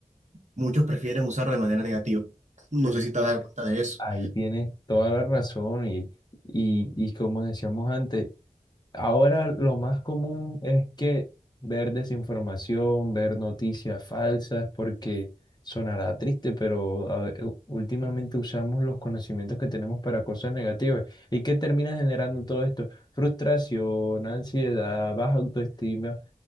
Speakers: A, on the right (about 55°); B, on the left (about 30°).
A: Muchos prefieren usarlo de manera negativa. No sé si te has dado cuenta de eso.
B: Ahí tienes toda la razón y, y, y como decíamos antes, ahora lo más común es que ver desinformación, ver noticias falsas, porque sonará triste, pero a ve- últimamente usamos los conocimientos que tenemos para cosas negativas. ¿Y qué termina generando todo esto? Frustración, ansiedad, baja autoestima,